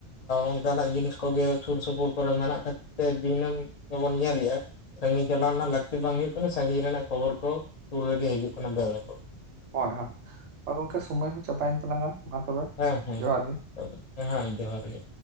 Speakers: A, on the left; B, on the right.
A: ᱚᱱᱠᱟᱱᱟᱜ ᱡᱤᱱᱤᱥ ᱠᱚᱜᱮ ᱥᱩᱨ ᱥᱩᱯᱩᱨ ᱠᱚᱨᱮ ᱢᱮᱱᱟᱜ ᱠᱷᱟᱹᱛᱤᱨ ᱛᱮ ᱫᱤᱱᱚᱢ ᱜᱮᱵᱚᱱ ᱧᱮᱞᱮᱜ-ᱟ, ᱥᱟᱺᱜᱤᱧ ᱪᱟᱞᱟᱣ ᱨᱮᱱᱟᱜ ᱞᱟᱹᱠᱛᱤ ᱵᱟᱝ ᱦᱩᱭᱩᱜ ᱠᱟᱱᱟ, ᱥᱟᱺᱜᱤᱧ ᱨᱮᱱᱟᱜ ᱠᱷᱚᱵᱚᱨ ᱠᱚ ᱥᱩᱨ ᱨᱮᱜᱮ ᱦᱤᱡᱩᱜ ᱠᱟᱱᱟ ᱫᱮ ᱞᱟᱠᱚ᱾
B: ᱦᱚᱭ ᱦᱚᱭ ᱟ ᱜᱚᱝᱠᱮ, ᱥᱳᱢᱳᱭ ᱦᱚᱸ ᱪᱟᱵᱟᱭᱮᱱ ᱛᱟᱞᱟᱝ-ᱟ᱾ ᱢᱟ ᱛᱚᱵᱮ
A: ᱦᱮᱸ ᱦᱮᱸ
B: ᱡᱚᱦᱟᱨ ᱜᱮ
A: ᱦᱮᱸ ᱡᱚᱦᱟᱨ ᱜᱮ᱾